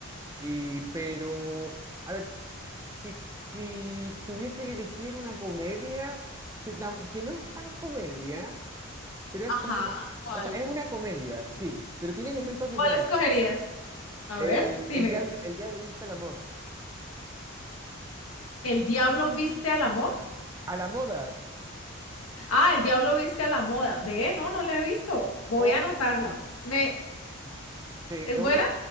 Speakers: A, on the right (about 15°); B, on the left (about 85°).
A: Y, pero, a ver, si, si tuviese que elegir una comedia que, tam- que no es tan comedia, pero
B: Ajá,
A: es como una,
B: ¿cuál?
A: o sea, es una comedia, sí, pero tiene elementos de
B: ¿Cuál
A: drama.
B: escogerías? A
A: El,
B: ver, dime.
A: el diablo, el diablo viste a la moda.
B: ¿El diablo viste al amor?
A: A la moda.
B: Ah, el diablo viste a la moda. Ve, no, no la he visto. Voy
A: Oh,
B: a anotarla. Me,
A: sí,
B: ¿es
A: es una,
B: buena?